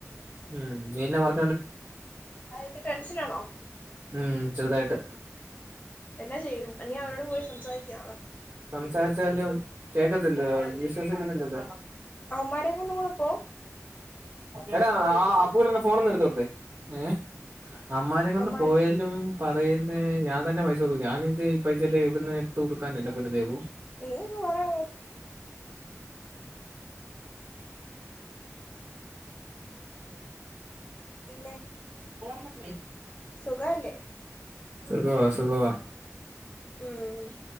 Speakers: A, on the right; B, on the left.
A: ഉം നിന്നെ വർ
B: അയിൻ്റെ ടെൻഷനാണോ
A: ഉം ചെറ്തായിട്ട്
B: എന്നാ ചെയ്യും നീ അവരോട് പോയി സംസാരിക്ക് നാളെ
A: സംസാരിച്ചാലും കേക്കത്തില്ല വിശ്വസിക്കുന്നില്ലല്ലോ
B: അവമ്മാരെ കൊണ്ട്ങ്ങുടെ പോ
A: എടാ ആ അപ്പു കുട്ടൻ്റെ ഫോൺ ഒന്ന് എടുത്ത് വെക്ക് ഏ അമ്മാരെ കൊണ്ട്
B: അവന്മാര്
A: പോയാലും പറയുന്നെ ഞാൻ തന്നെ പൈസ കൊട്ക്കും ഞാനിത് ഈ പൈസയെല്ലാം എവ്ട്ന്ന് എട്ത്ത് കൊട്ക്കാൻ എൻ്റെ പൊന്ന് ദേവു
B: നീ അങ്ങ് പറ അങ്ങോട്ട് പിന്നെ
A: <unintelligible>
B: സുഖവല്ലേ
A: സുഖവാ സുഖവാ
B: ഉം